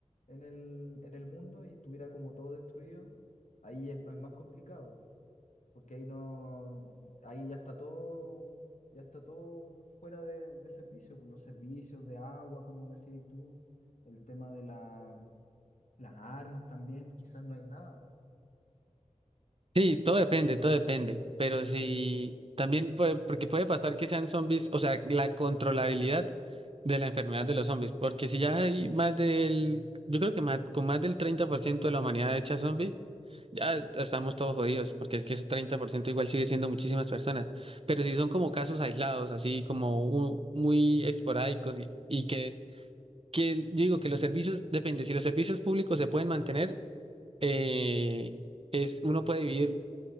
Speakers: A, on the left; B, on the right.
A: en el, en el mundo y estuviera como todo destruido, ahí es, es más complicado, porque ahí no, ahí ya está todo, ya está todo fuera de, de servicio, pues, los servicios de agua, como decías tú, el tema de la las armas también, quizás no hay nada.
B: Sí, todo depende, todo depende. Pero sí, también puede- porque puede pasar que sean zombies, o sea, la controlabilidad de la enfermedad de los zombies, porque si ya hay más del, yo creo que más, con más del 30% de la humanidad hecha zombie. Ya estamos todos jodidos, porque es que ese 30% igual sigue siendo muchísimas personas. Pero si son como casos aislados, así como u- muy esporádicos y, y que, que yo digo que los servicios, depende, si los servicios públicos se pueden mantener, eh, es, uno puede vivir